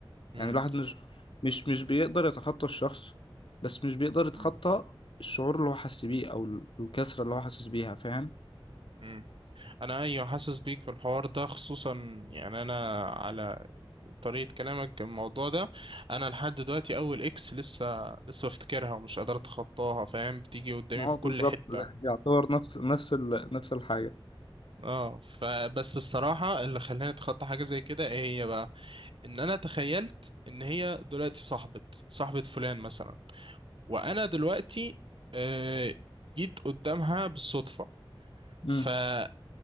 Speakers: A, on the right; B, on the left.
A: مم.
B: يعني الواحد مش مش مش بيقدر يتخطى الشخص بس مش بيقدر يتخطى
A: مم.
B: الشعور اللي هو حاسس بيه او ال- الكسرة اللي هو حاسس بيها فاهم
A: مم. أنا أيوة حاسس بيك في الحوار ده خصوصا يعني أنا على طريقة كلامك الموضوع ده أنا لحد دلوقتي أول إكس لسه لسه بفتكرها ومش قادر أتخطاها فاهم بتيجي قدامي
B: ما هو
A: في
B: بالظبط
A: كل حتة
B: يعتبر نفس نفس ال... نفس الحاجة
A: اه فبس الصراحة اللي خلاني اتخطى حاجة زي كده ايه هي بقى ان انا تخيلت ان هي دلوقتي صاحبة صاحبة فلان مثلا وانا دلوقتي آه، جيت قدامها بالصدفه فلما
B: ايه